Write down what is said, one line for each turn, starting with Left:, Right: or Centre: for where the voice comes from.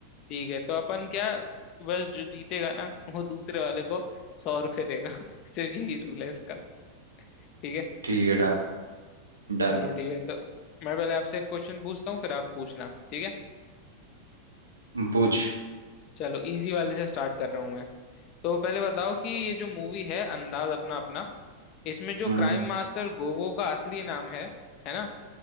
Left: ठीक है तो अपन क्या बस जो जीतेगा ना वो दूसरे वाले को सौ रुपये देगा <laughs> सिर्फ यही रूल है इसका ठीक है
Right: ठीक है डन डन
Left: चलो ठीक है तो मैं पहले आपसे क्वेश्चन पूछता हूँ फिर आप पूछना ठीक है
Right: पूछ
Left: चलो इजी वाले से स्टार्ट कर रहा हूँ मैं तो पहले बताओ कि ये जो मूवी है अंदाज अपना अपना इसमें जो
Right: हम्म
Left: क्राइम मास्टर गोगो का असली नाम है है ना